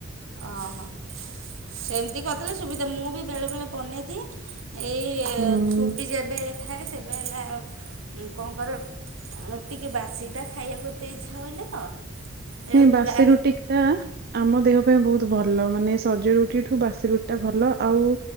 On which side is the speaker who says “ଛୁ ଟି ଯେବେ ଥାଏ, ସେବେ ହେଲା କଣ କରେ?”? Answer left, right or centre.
Right